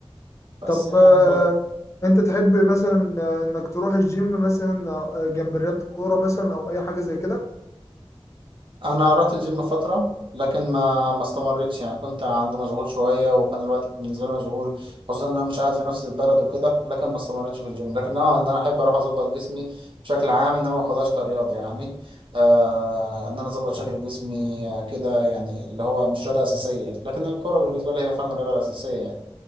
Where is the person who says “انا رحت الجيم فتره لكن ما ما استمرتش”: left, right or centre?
Right